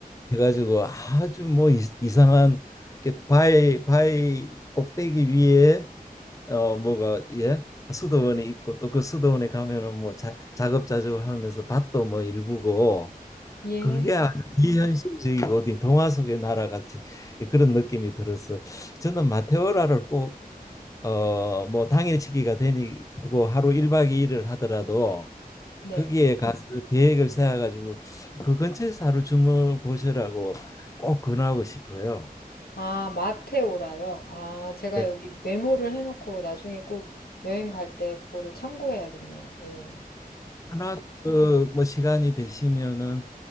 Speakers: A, on the left; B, on the left.
A: 해가지고 아주 뭐 이- 이상한 게 바위 바위 꼭대기 위에 어 뭐가 예 수도원이 있고 또 그 수도원에 가면은 뭐 자, 작업자족하면서 밭도 뭐 일구고
B: 예.
A: 그게 아주 비현실적이고 어디 동화 속의 나라 같이 그런 느낌이 들어서 저는 마테오라를 꼭 어, 뭐 당일치기가 되고 하루 1박 2일을 하더라도
B: 네.
A: 거기에 가서 음. 계획을 세워 가지고 그 근처에서 하루 주무 보시라고 꼭 권하고 싶어요.
B: 아, 마테오라요. 아, 제가
A: 예.
B: 여기 메모를 해놓고 나중에 꼭 여행 갈 때 그거를 참고해야겠네요. 예.
A: 하나 그뭐 시간이 되시면은